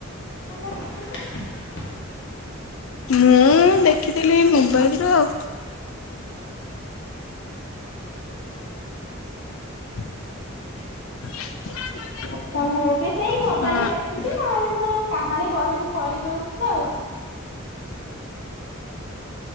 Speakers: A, on the left; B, on the left.
A: କହିଲା କାହାଣୀ ସବୁ?
B: ମୁଁ ଦେଖିଥିଲି ଏଇ ମୋବାଇଲରୁୁ ଆଉ। <inaudible>
A: ଆଛା ମୁଁ ବି ସେଇ ମୋବାଇଲୁ
B: ହଁ।
A: ଦେଖୁଚି ନହେଲେ ମୋର କାହାଣୀ ବହିରୁ ପଡି ଦଉଛି ଆଉ।